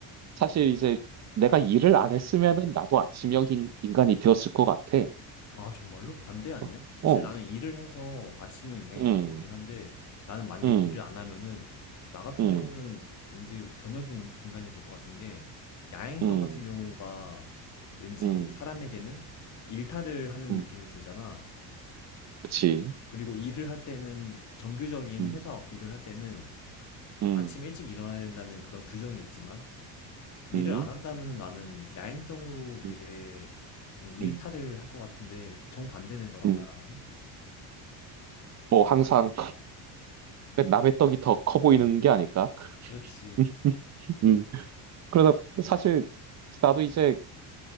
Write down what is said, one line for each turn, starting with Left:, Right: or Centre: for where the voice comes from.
Right: 사실 이제 내가 일을 안 했으면은 나도 아침형 인- 인간이 되었을 것 같아.
Left: 아, 정말로? 반대 아니야?
Right: 어,
Left: 사실
Right: 어,
Left: 나는 일을 해서 아침형 인간이
Right: 음.
Left: 된 거긴 한데 나는 만약에
Right: 음,
Left: 일을 안 하면은 나 같은
Right: 음,
Left: 경우는 왠지 저녁형 인간이 될 것 같은 게 야행성
Right: 음,
Left: 같은 경우가 왠지
Right: 음,
Left: 사람에게는 일탈을 하는
Right: 음,
Left: 느낌이 들잖아.
Right: 그치.
Left: 그리고 일을 할 때는 정규적인
Right: 음,
Left: 회사 일을 할 때는
Right: 음,
Left: 아침 일찍 일어나야 된다는 그런 규정이 있지만 일을
Right: 음,
Left: 안 한다면은 나는 야행성으로 되게
Right: 음,
Left: 좀 일탈을
Right: 음,
Left: 할 것 같은데 정반대네 너랑
Right: 음.
Left: 나랑은.
Right: 뭐 항상 <laughs> 남의 떡이 더 커 보이는 게 아닐까?
Left: 그렇지.
Right: <laughs> 음. 그러다 그 사실 나도 이제